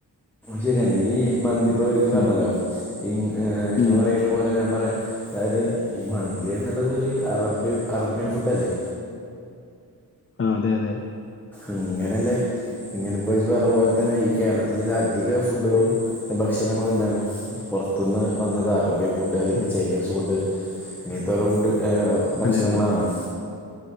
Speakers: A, in the centre; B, on the left.
A: ശരിയാണ് ഈ മന്തി ഇപ്പൊ ഇജിപറഞ്ഞല്ലോ
B: ഉം
A: ഈ നിങ്ങൾ
B: ഉം
A: പറയ പോലെ ഞാൻ പറയാ അതായത് ഈ മന്തിയ എന്നുള്ളത് ഒരു അറബ്യ അറേബ്യൻ ഫുഡ് അല്ലേ?
B: ആ അതെ അതെ
A: അങ്ങനെല്ലേ? ഇങ്ങനെപ്പോ ഇജ് പറഞ്ഞപോലെ തന്നെ ഈ കേരളത്തില അധിക ഫുഡുകളും ഭക്ഷണങ്ങളും എന്താണ് പുറത്തുനിന്ന് വന്നതാ അറേബ്യ ഫുഡ് അല്ലെങ്കിൽ
B: ഉം
A: ചൈനീസ് ഫുഡ് ഇങ്ങനത്തെ ഓരോ ഫുഡ് ഭക്ഷണങ്ങളാണ്
B: അതെ അതെ